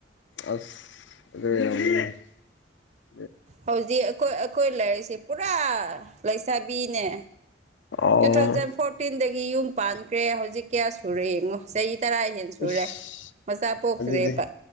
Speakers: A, on the left; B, on the right.
A: ꯑꯁ ꯑꯗꯨꯗ
B: ꯍꯧꯖꯤꯛ ꯑꯩꯈꯣꯏ ꯑꯩꯈꯣꯏ ꯂꯥꯏꯔꯤꯛꯁꯤꯦ ꯄꯨꯔꯥ ꯂꯩꯁꯥꯕꯤꯅꯦ
A: ꯑꯣ
B: ꯇꯨ ꯊꯥꯎꯖꯟ ꯐꯣꯔꯇꯤꯟꯗꯒꯤ ꯌꯨꯝ ꯄꯥꯟꯈ꯭ꯔꯦ ꯍꯧꯖꯤꯛ ꯀꯌꯥ ꯁꯨꯔ ꯌꯦꯦꯉꯣ ꯆꯍꯤ ꯇꯔꯥ ꯍꯦꯟ ꯁꯨꯔꯦ
A: ꯏꯁ
B: ꯃꯆꯥ ꯄꯣꯛꯇ꯭ꯔꯦꯕ
A: ꯑꯗꯨꯗꯤ